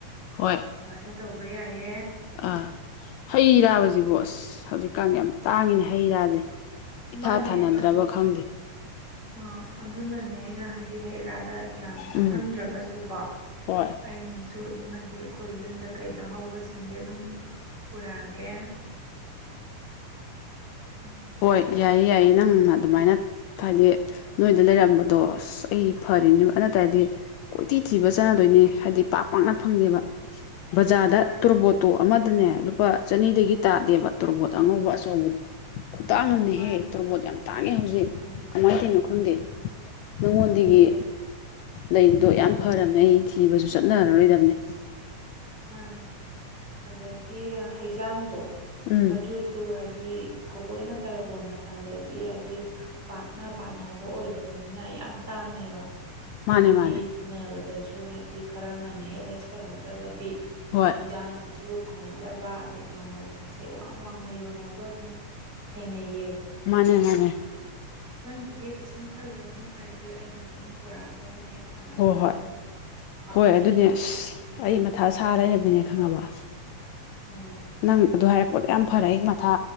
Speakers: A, on the left; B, on the right.
A: ꯍꯣꯏ
B: ꯑꯗꯨꯃꯥꯏꯅ ꯇꯧꯕ ꯌꯥꯏꯌꯦ
A: ꯑ ꯍꯩ ꯔꯥ
B: ꯑ
A: ꯕꯁꯤꯕꯨ ꯑꯁ ꯍꯧꯖꯤꯛꯀꯥꯟꯗꯤ ꯌꯥꯝ ꯇꯥꯡꯉꯤꯅꯦ ꯍꯩ ꯔꯥꯁꯦ ꯏꯊꯥ
B: ꯃꯥꯅꯦ
A: ꯊꯥꯅꯗꯔꯕ
B: ꯑꯗꯨ
A: ꯈꯪꯗꯦ
B: ꯑ ꯑꯗꯨꯅꯅꯦ ꯑꯩꯅ ꯍꯥꯏꯗꯤ ꯍꯩ ꯔꯥꯗ ꯌꯥꯝ ꯆꯪꯍꯟꯗ꯭ꯔꯒꯁꯨ
A: ꯎꯝ
B: ꯀꯣ
A: ꯍꯣꯏ
B: ꯑꯩꯅ ꯁꯨ ꯑꯗꯨꯝ ꯍꯥꯏꯗꯤ ꯑꯩꯈꯣꯏ ꯌꯨꯝꯗ ꯀꯩꯗ ꯍꯧꯕꯁꯤꯡꯖꯦ ꯑꯗꯨꯝ ꯄꯨꯔꯛꯑꯒꯦ ꯎꯝ
A: ꯍꯣꯏ ꯌꯥꯏꯌꯦ ꯌꯥꯏꯌꯦ ꯅꯪꯅ
B: ꯎꯝ
A: ꯑꯗꯨꯃꯥꯏꯅ ꯍꯥꯏꯗꯤ ꯅꯣꯏꯗ ꯂꯩꯔꯝꯕꯗꯣ ꯑꯁ ꯑꯩ ꯐꯔꯤꯅꯤ ꯅꯠꯇꯔꯗꯤ ꯀꯣꯏꯇꯤ ꯊꯤꯕ ꯆꯠꯅꯗꯣꯏꯅꯤ ꯍꯥꯏꯗꯤ ꯄꯥꯛ ꯄꯥꯛꯅ
B: ꯎꯝ
A: ꯐꯪꯗꯦꯕ ꯕꯖꯥꯔꯗ
B: ꯃꯥꯅꯤ
A: ꯇꯣꯔꯣꯕꯣꯠꯇꯣ ꯑꯃꯗꯅꯦ ꯂꯨꯄꯥ ꯆꯅꯤꯗꯒꯤ
B: ꯎꯝ
A: ꯇꯥꯗꯦꯕ ꯇꯣꯔꯣꯕꯣꯠ ꯑꯉꯧꯕ ꯑꯆꯧꯕꯗꯣ ꯈꯨꯇꯥꯡ ꯑꯃꯅꯤꯍꯦ
B: ꯃꯥꯅꯦ
A: ꯇꯣꯔꯕꯣꯠ ꯌꯥꯝ ꯇꯥꯡꯉꯦ ꯍꯧꯖꯤꯛ
B: ꯎꯝ
A: ꯀꯃꯥꯏꯅ ꯇꯧꯔꯤꯅꯣ ꯈꯪꯗꯦ
B: ꯎꯝ
A: ꯅꯉꯣꯟꯗꯒꯤ
B: ꯑꯗꯒꯤ
A: ꯂꯩꯗꯣ ꯌꯥꯝ ꯐꯔꯕꯅꯦ ꯑꯩ ꯊꯤꯕꯁꯨ ꯆꯠꯅꯔꯔꯣꯏꯗꯕꯅꯦ
B: ꯃꯥꯅꯦ ꯑꯗꯒꯤ ꯍꯩꯖꯥꯡꯗꯣ
A: ꯎꯝ
B: ꯑꯗꯨꯁꯨ ꯍꯥꯏꯗꯤ ꯊꯑꯣꯏꯅ ꯇꯥꯔꯄꯣꯟ ꯃꯇꯝꯗꯗꯤ ꯍꯥꯏꯗꯤ ꯄꯥꯛꯅ ꯄꯥꯅꯕ ꯑꯣꯏꯗꯕꯅꯤꯅ ꯌꯥꯝ ꯇꯥꯡꯉꯦꯕ ꯑꯗꯒꯤ
A: ꯃꯥꯅꯦ ꯃꯥꯅꯦ
B: ꯊꯤꯅꯕꯗꯁꯨ ꯍꯥꯏꯗꯤ ꯈꯔ ꯉꯟꯅ ꯍꯦꯛ ꯂꯩꯁꯜꯍꯧꯗ꯭ꯔꯒꯗꯤ
A: ꯍꯣꯏ
B: ꯍꯩꯖꯥꯡꯁꯤꯁꯨ ꯐꯪꯅꯗꯕ ꯑꯗꯩ ꯃꯃꯜꯀꯥꯁꯦ ꯋꯥꯡ ꯋꯥꯡꯅ ꯌꯣꯟꯅꯕ ꯑꯗꯨꯝ ꯊꯦꯡꯅꯩꯌꯦ
A: ꯃꯥꯅꯦ ꯃꯥꯅꯦ
B: ꯅꯪꯒꯤꯗꯤ ꯀꯩꯁꯨꯝ ꯈꯜꯂꯨꯔꯅꯨ ꯍꯥꯏꯕꯗꯤ ꯑꯩꯅ ꯑꯗꯨꯝ ꯄꯨꯔꯛꯑꯗꯕꯅꯦ ꯐꯅꯕ
A: ꯍꯣꯏ ꯍꯣꯏ
B: ꯑꯗꯨꯝ ꯄꯥꯝꯕꯤ
A: ꯍꯣꯏ ꯑꯗꯨꯅꯦ ꯑꯁ
B: ꯑ
A: ꯑꯩ ꯃꯊꯥ ꯁꯥ ꯂꯩꯔꯝꯃꯤꯅꯦ ꯈꯪꯉꯕ
B: ꯎꯝ
A: ꯅꯪ ꯑꯗꯨ ꯍꯥꯏꯔꯛꯄꯗ ꯌꯥꯝ ꯐꯔꯦ ꯑꯩ ꯃꯊꯥ